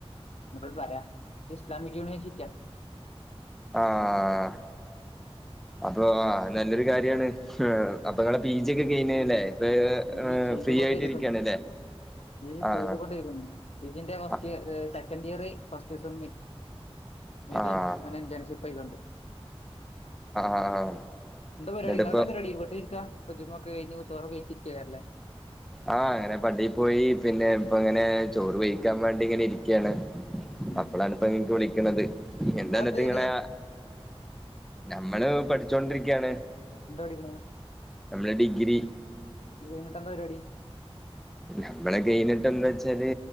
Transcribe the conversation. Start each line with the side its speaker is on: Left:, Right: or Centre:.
Left: എന്ന പറയാം ഇസ്ലാമിക് യൂനിവെയ്‌സിറ്റി യ
Centre: ആഹ് അപ്പൊ ആ നല്ലൊരു കാര്യാണ് അപ്പെ ങ്ങ പി ജി ഒക്കെ കഴിഞ്ഞല്ലേ ഇപ്പൊ
Left: നീ ചെയ്തുകൊണ്ടിരിക്കുന്നു.
Centre: ഫ്രീ ആയിട്ട് ഇരിക്കാണ്ല്ലേ
Left: ഈ
Centre: ആഹ്
Left: ചെയ്തുകൊണ്ടിരിക്കുന്നു പി ജിന്റെ ഫസ്റ്റ്
Centre: ആഹ്
Left: സെക്കന്റ് ഇയർ ഫസ്റ്റ്സമ്മ് ഇതെ
Centre: ആഹ്
Left: ഇങ്ങനെ ഇൻറൻഷിപ്പയിക്കൊണ്ട്
Centre: ആഹ് ആഹ്
Left: എന്ത പരിപാടി
Centre: എന്നിട്ടിപ്പോ
Left: ഇങ്ങക്കെന്താ പരിപാടി വീട്ടിരിക്ക പ്പ ജുമുഹാ ക്കേ കഴിഞ്ഞി ചോറഴ്ച്ച് ചിരിക്ക ല്ലേ
Centre: ആഹ് അങ്ങനെ പള്ളി പോയി പിന്നെ ഇപ്പ ഇങ്ങനെ ചോറ് വേഴിക്കാൻ വേണ്ടി ഇങ്ങനെ ഇരിക്കയാണ്
Left: ഉം
Centre: അപ്പളാാണിപ്പ ഇങ്ങക്ക് വിളിക്ക്ണത് എന്താന്നിട്ട്
Left: നിങ്ങളെന്ത് ചെയ്യണേ
Centre: ഇങ്ങളേ നമ്മള് പഠിച്ചോണ്ടിരിക്കയാണ്
Left: എന്താ പഠിക്കണെ
Centre: നമ്മള് ഡിഗ് രി
Left: ഇത് കൈഞ്ഞിട്ടെന്താ പരിപാടി
Centre: നമ്മള് കെയിഞ്ഞിട്ടെന്താച്ചാല്